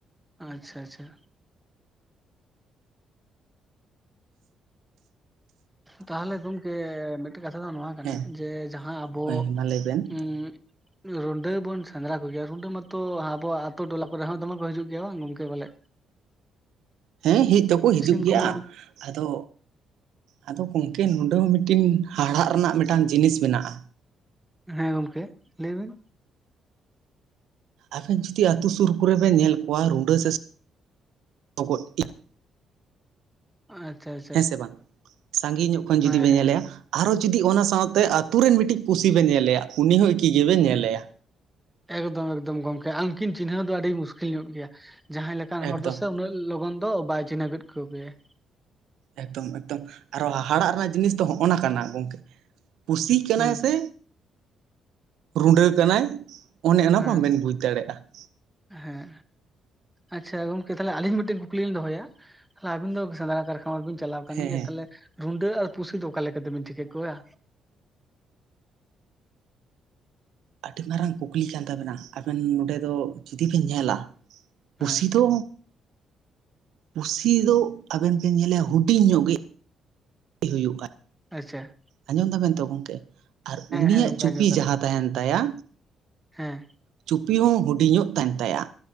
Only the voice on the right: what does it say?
ᱦᱮᱸ
ᱦᱳᱭ ᱢᱟ ᱞᱟᱹᱭ ᱵᱮᱱ
ᱦᱮᱸ ᱦᱮᱡ ᱫᱚᱠᱚ ᱦᱤᱡᱩᱜ
ᱜᱮᱭᱟ
ᱟᱫᱚ ᱟᱫᱚ ᱜᱚᱢᱠᱮ ᱱᱚᱰᱮ ᱦᱚᱸ ᱢᱤᱫᱴᱤᱱ ᱦᱟᱲᱦᱟᱜ ᱨᱮᱱᱟᱜ ᱢᱤᱫᱴᱟᱝ ᱡᱤᱱᱤᱥ ᱢᱮᱱᱟᱜᱼᱟ᱾
ᱟᱵᱮᱱ ᱡᱩᱫᱤ ᱟᱹᱛᱩ ᱥᱩᱨ ᱠᱚᱨᱮ ᱵᱮᱱ ᱧᱮᱞ ᱠᱚᱣᱟ ᱨᱩᱸᱰᱟᱹ ᱥᱮ ᱠᱩ <unintelligible>
ᱦᱮᱸ ᱥᱮ ᱵᱟᱝ ᱥᱟᱺᱜᱤᱧ ᱧᱚᱜ ᱠᱷᱚᱱ ᱡᱩᱫᱤ
ᱵᱮᱱ
ᱧᱮᱞᱮᱭᱟ ᱟᱨᱚ ᱡᱩᱫᱤ ᱚᱱᱟ ᱥᱟᱸᱶᱛᱮ ᱟᱛᱩ ᱨᱮᱱ ᱢᱤᱫᱴᱤᱡ ᱯᱩᱥᱤ ᱵᱮᱱ ᱧᱮᱞᱮᱭᱟ ᱩᱱᱤ ᱦᱚᱸ ᱮᱠᱤ ᱜᱮᱵᱮᱱ ᱧᱮᱞᱮᱭᱟ
ᱮᱠᱫᱚᱢ
ᱮᱠᱫᱚᱢ ᱮᱠᱫᱚᱢ ᱟᱨᱚ ᱦᱟᱦᱟᱲᱟᱜ ᱨᱮᱱᱟᱜ ᱡᱤᱱᱤᱥ ᱫᱚ ᱦᱚᱜᱼᱚ ᱱᱟ ᱠᱟᱱᱟ ᱜᱚᱝᱠᱮ ᱯᱩᱥᱤ ᱠᱟᱱᱟᱭ
ᱥᱮ ᱨᱩᱸᱰᱟᱹ ᱠᱟᱱᱟᱭ? ᱚᱱᱮ ᱚᱱᱟ
ᱵᱟᱵᱮᱱ ᱵᱩᱡᱽ ᱫᱟᱲᱮᱜᱼᱟ ᱾
ᱦᱮᱸ
ᱦᱮᱸ
ᱟᱹᱰᱤ ᱢᱟᱨᱟᱝ ᱠᱩᱠᱞᱤ ᱠᱟᱱ ᱛᱟᱵᱮᱱᱟ ᱟᱵᱮᱱ ᱱᱚᱰᱮ ᱫᱚ ᱡᱩᱫᱤ ᱵᱮᱱ ᱧᱮᱞᱟ ᱯᱩᱥᱤ
ᱫᱚ ᱯᱩᱥᱤ ᱫᱚ ᱟᱵᱮᱱ ᱵᱮᱱ ᱧᱮᱭᱟ ᱦᱩᱰᱤᱧ ᱧᱚᱜ ᱜᱮ ᱦᱩᱭᱩᱜ ᱟᱭ
ᱟᱸᱡᱚᱢ ᱫᱟᱵᱮᱱ ᱛᱚ ᱜᱚᱢᱠᱮ ᱟᱨ ᱩᱱᱤᱭᱟᱜ
ᱪᱩᱯᱤ
ᱡᱟᱦᱟᱸ ᱛᱟᱦᱮᱱ ᱛᱟᱭᱟ
ᱪᱩᱯᱤ ᱦᱚᱸ ᱦᱩᱰᱤ ᱧᱚᱜ ᱛᱟᱦᱮᱱ ᱛᱟᱭᱟ